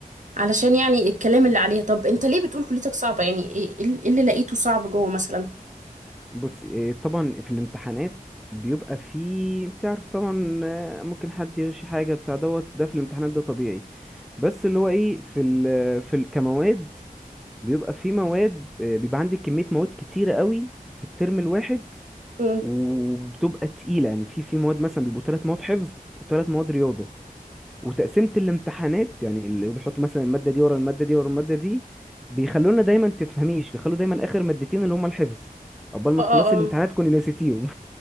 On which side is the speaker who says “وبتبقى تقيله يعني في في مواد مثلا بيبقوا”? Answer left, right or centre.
Centre